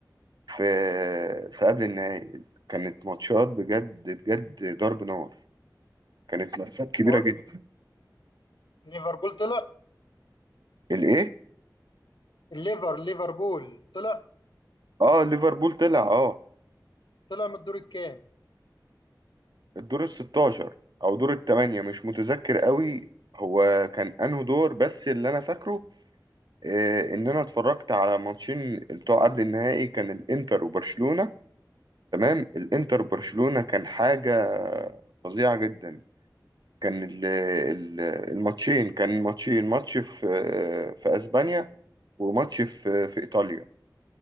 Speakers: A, on the right (about 70°); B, on the left (about 85°).
A: في في قبل النهائي كانت ماتشات بجد بجد ضرب نار كانت ماتشات كبيرة
B: هو
A: جدا
B: ليفربول طلع
A: الايه
B: الليفر ليفربول طلع
A: اه ليفربول طلع اه
B: طلع من الدور الكام
A: الدور ال 16 او دور الثمانية مش متذكر قوي هو كان انه دور بس اللي انا فاكره آه، ان انا اتفرجت على ماتشين بتوع قبل النهائي كان الانتر وبرشلونة تمام الانتر برشلونة كان حاجة فظيعة جدا كان ال- ال- الماتشين كان ماتشين ماتش في في اسبانيا وماتش في في ايطاليا